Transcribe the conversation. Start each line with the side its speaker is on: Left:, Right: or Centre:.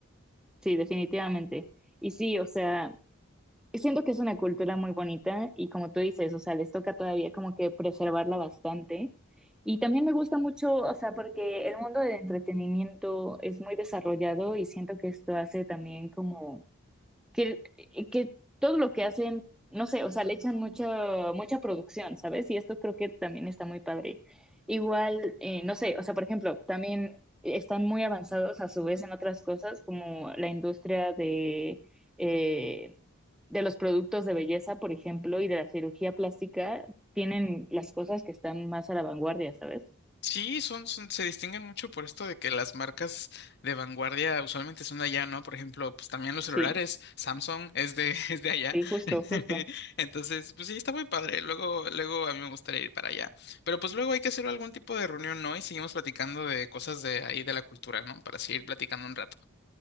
Centre: sí, definitivamente. Y sí, o sea. siento que es una cultura muy bonita y como tú dices, o sea, les toca todavía como que preservarla bastante. Y también me gusta mucho, o sea, porque el mundo del entretenimiento es muy desarrollado y siento que esto hace también como que, que todo lo que hacen, no sé, o sea, le echan mucha, mucha producción, ¿sabes? Y esto creo que también está muy padre. Igual, eh, no sé, o sea, por ejemplo, también están muy avanzados a su vez en otras cosas como la industria de eh, de los productos de belleza, por ejemplo, y de la cirugía plástica, tienen las cosas que están más a la vanguardia, ¿sabes?
Left: Sí, son, son, se distinguen mucho por esto de que las marcas de vanguardia usualmente son de allá, ¿no? Por ejemplo, pues también los celulares,
Centre: Sí,
Left: Samsung es de, <laughs> es de allá.
Centre: sí, justo,
Left: <laughs>
Centre: justo.
Left: Entonces, pues sí, está muy padre. Luego, luego a mí me gustaría ir para allá. Pero pues luego hay que hacer algún tipo de reunión, ¿no? Y seguimos platicando de cosas de ahí de la cultura, ¿no? Para seguir platicando un rato.